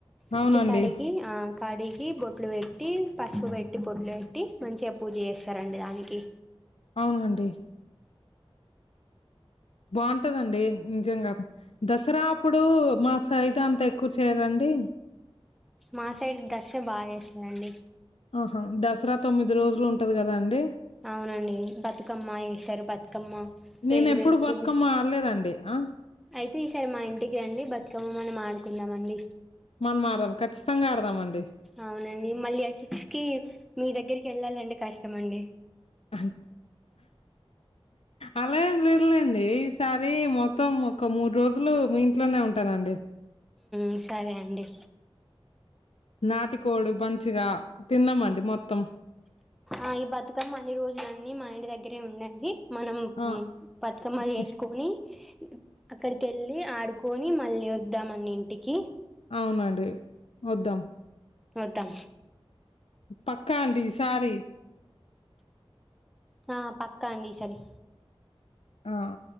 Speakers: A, in the centre; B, on the left.
A: మంచి
B: అవునండి.
A: కడిగి ఆ కడిగి బొట్లు పెట్టి పసుపు పెట్టి బొట్లు పెట్టి మంచిగా పూజ జేస్తరండి దానికి
B: అవునండి బాగుంటదండి నిజంగా దసరా అప్పుడు మా సైడ్ అంత ఎక్కువ చెయ్రండి
A: మా సైడ్ దసరా బా జేస్తరండి
B: ఆహా దసరా తొమ్మిది రోజలుంటది కదా అండి
A: అవునండి బతుకమ్మ ఎసరు బతుకమ్మ
B: నేను
A: వేరు
B: ఎప్పుడు
A: వేరు పూల్
B: బతుకమ్మ
A: తీస్కొచి
B: ఆడలేదండి ఆ
A: అయితే ఈసారి మా ఇంటికి రండి బతుకమ్మ మనం ఆడుకుందాం అండి
B: మనం ఆడ్దం ఖచ్చితంగా ఆడుదాం అండి
A: అవునండి మళ్ళీ ఆ సిక్స్ కి మీ దగ్గరికేళ్ళాలంటే కష్టమండి
B: అహ్ అలా ఏం లేదులేండి ఈసారి మొత్తం ఒక మూడు రోజులు మీ ఇంట్లోనే ఉంటానండి
A: మ్ సరే అండి
B: నాటికోడి మంచిగా తిందామండి మొత్తం
A: ఆ ఈ బతుకమ్మ అన్ని రోజులన్నీ మా ఇంటి దగ్గరే ఉండడి మనం
B: ఆ
A: మ్ బతుకమ్మ
B: ఛీ!
A: చేసుకోని అక్కడికేళ్ళి ఆడుకొని మళ్ళీ వద్దాం మనింటికి
B: అవునండి వద్దాం
A: ఒద్దాం
B: పక్క అండి ఇసారి
A: ఆ పక్క అండి ఇసారి
B: ఆ